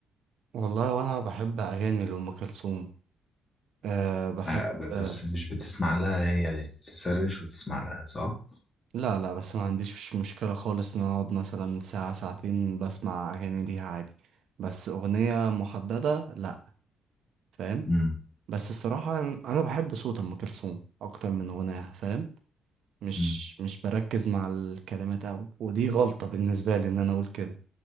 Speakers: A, on the right; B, on the left.
A: والله وانا بحب اغاني لام كلثوم أه بحب
B: آه، ب-
A: أه
B: بس مش بتسمع لها هي تسرش وتسمع لها صح
A: لا لا بس ما عنديش مش مشكله خالص ان أنا اقعد مثلا ساعه ساعتين بسمع اغاني ليها عادي بس اغنيه محدده لا فاهم
B: امم
A: بس الصراحه انا بحب صوت ام كلثوم اكتر من غناها فاهم مش
B: أمم.
A: مش بركز مع الكلمات قوي ودي غلطه بالنسبه لي ان انا اقول كده